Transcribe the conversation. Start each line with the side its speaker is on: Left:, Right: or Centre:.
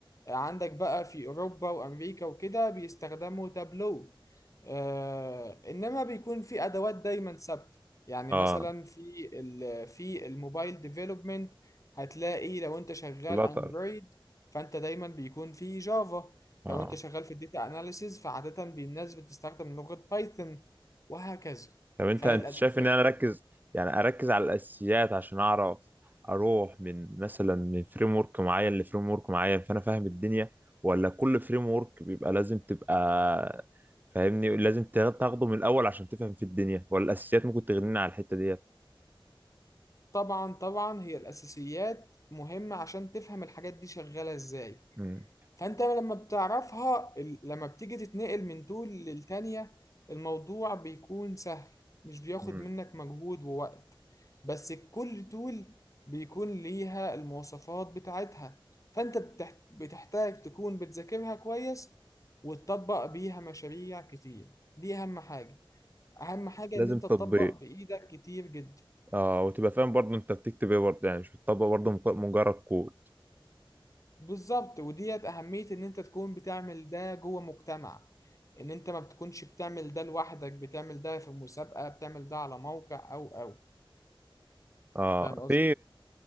Left: عندك بقى في أوروبا وأمريكا وكده بيستخدموا تابلو آه إنما بيكون في أدوات دايما ثابتة يعني
Right: اه
Left: مثلا في ال في الموبايل ديفلوبمنت هتلاقي لو أنت شغال
Right: فلاتر
Left: أندرويد فأنت دايما بيكون في جافا
Right: اه
Left: لو أنت شغال في الداتا أناليسيز فعادة الناس بتستخدم لغة بايثون وهكذا
Right: طب انت
Left: فالأساسيات
Right: انت شايف ان انا اركز يعني اركز على الاساسيات عشان اعرف اروح من مثلا من فريم ورك معين لفريم ورك معين فانا فاهم الدنيا ولا كل فريم ورك بيبقى لازم تبقى فاهمني لازم تا- تاخده من الاول عشان تفهم في الدنيا ولا الاساسيات ممكن تغنينا على الحتة ديت
Left: طبعا طبعا هي الأساسيات مهمة عشان تفهم الحاجات دي شغالة إزاي
Right: مم.
Left: فانت لما بتعرفها ال- لما بتيجي تتنقل من دول للتانية الموضوع بيكون سهل مش بياخد
Right: مم.
Left: منك مجهود ووقت بس كل تول بيكون ليها المواصفات بتاعتها فانت بتح- بتحتاج تكون بتذاكرها كويس وتطبق بيها مشاريع كتير دي اهم حاجة اهم حاجة
Right: لازم
Left: ان انت
Right: تطبيق
Left: تطبق بايدك كتير جدا
Right: اه وتبقى فاهم برضه انت بتكتب ايه برضه يعني مش بتطبق برضه مك- مجرد كود
Left: بالظبط وديت أهمية إن أنت تكون بتعمل ده جوه مجتمع إن أنت ما بتكونش بتعمل ده لوحدك بتعمل ده في مسابقة بتعمل ده على موقع أو أو
Right: اه
Left: فاهم قصدي؟
Right: في